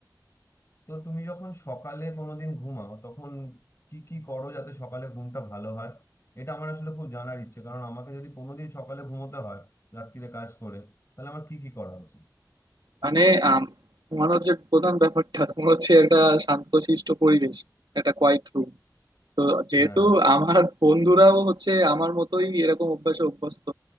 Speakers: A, on the left; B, on the right.
A: তো তুমি যখন সকালে কোনোদিন ঘুমাও তখন কি কি করো যাতে সকালে ঘুমটা ভালো হয় এটা আমার আসলে খুব জানার ইচ্ছে কারণ আমাকে যদি কোনোদিন সকালে ঘুমোতে হয় রাত্তিরে কাজ করে তাহলে আমার কি কি করা উচিত
B: মানে আম, ঘুমানোর যে প্রধান ব্যাপারটা তোমার হচ্ছে একটা শান্তশিষ্ট পরিবেশ একটা কোয়াইট রুম তো যেহেতু
A: হ্যাঁ
B: আমার বন্ধুরাও হচ্ছে আমার মতোই এরকম অভ্যাসে অভ্যস্ত